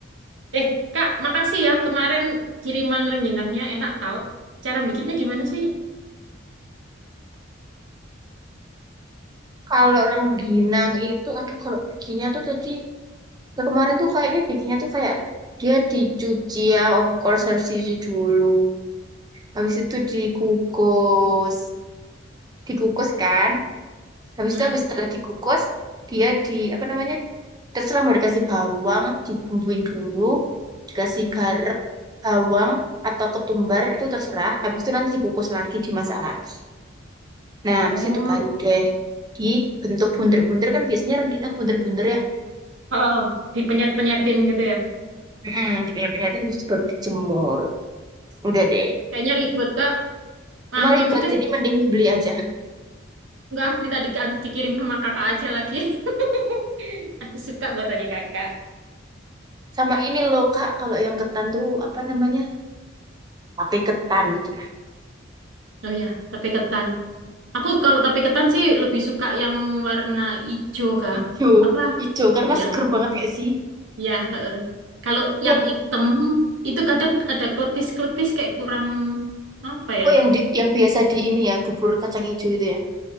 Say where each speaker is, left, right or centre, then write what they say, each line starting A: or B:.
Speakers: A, on the right; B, on the right.
A: Eh, Kak, makasih ya kemarin kiriman rengginangnya enak tahu. Cara bikinnya gimana sih?
B: Kalau rengginang itu, aduh, kalau bikinnya tuh tadi Nah, kemarin tuh kayaknya bikinnya tuh kayak dia dicuci ya, of course harus dicuci dulu. Habis itu dikukus, dikukus kan. Habis
A: Hmm.
B: itu habis setelah dikukus, dia di apa namanya? Terserah mau dikasih bawang, dibumbuin dulu, dikasih garam, bawang atau ketumbar itu terserah. Habis itu nanti dikukus lagi, dimasak lagi. Nah, habis
A: Hmm.
B: itu baru deh dibentuk buntir-buntir kan biasanya rengginang buntir-buntir ya.
A: Heeh, dipenyet-penyetin gitu ya.
B: Hmm, punya penyataan habis itu baru dijemur. Udah deh.
A: Kayaknya ribet, Kak.
B: Emang
A: Anu
B: ribet,
A: aja deh.
B: jadi mending beli aja.
A: Enggak, minta di- dikirim sama kakak aja lagi. <laughs> Aku suka buatannya kakak.
B: Sama ini loh, Kak, kalau yang ketan tuh apa namanya? Tapi ketan gitu lah.
A: Oh ya, tape ketan. Aku kalau tape ketan sih lebih suka yang warna ijo, Kak.
B: Hijau,
A: Apa?
B: hijau karena
A: Iya,
B: seger banget gak sih?
A: iya. heeh. Kalau
B: Tiap
A: yang hitam, itu kadang ada kletis-kletis kayak kurang apa ya?
B: oh yang di- yang biasa di ini ya, bubur kacang hijau itu ya.